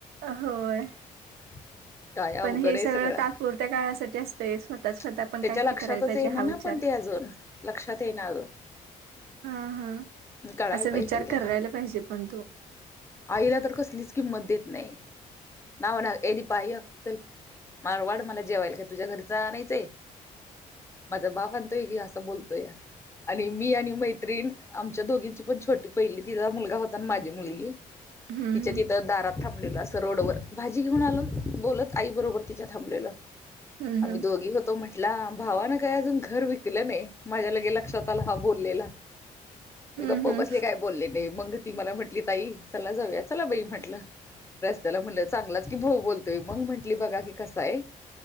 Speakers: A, on the right; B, on the left.
A: होय.
B: ह <unintelligible> काय
A: पण
B: उवघड
A: हे
B: आहे सगळं
A: तात्पुरत्या काळासाठी असतंय स्वतः स्वतः
B: त्याच्या
A: पण काहीतरी
B: लक्षातच
A: करायला पाहिजे
B: येईना
A: हा विचार
B: ना पण ते अजून. लक्षात येइना अजून.
A: हा हा
B: कळाय
A: असा
B: पाहिजे
A: विचार
B: त्याला
A: करायला पाहिजे पण तू.
B: आईला तर कसलीच किंमत देत नाही नावण ये दीपा ये चल. मारवाड मला जेवायला काय तुझ्या घरच आणायचंय. माझा बाप म्हणतोय की असा बोलतोय या. आणि मी आणि मैत्रीण आमच्या दोघींची पण छोटी पहिली तिजा मुलगा होता माझी मुलगी.
A: हं
B: तिच्या
A: हं.
B: तिथं दारात थाबलेलो अस रोड वर भाजी घेऊन आलोन बोलत आई बरोबर तिच्या थांबलेलो
A: हं
B: आम्ही
A: हं
B: दोघी होत. तो म्हटला भावानं काही अजून घर विकलं नाही माझ्या लगे लक्षात आलं हा बोललेला. मी
A: हं
B: गप्पा
A: हं
B: बसले काय बोलले नाही मंग ती मला म्हंटली ताई. चला जाऊया चला बाई म्हटलं. रस्त्याला म्हटलं चांगलाच की भाऊ बोलतोय मग म्हंटली बघा की कसा आहे.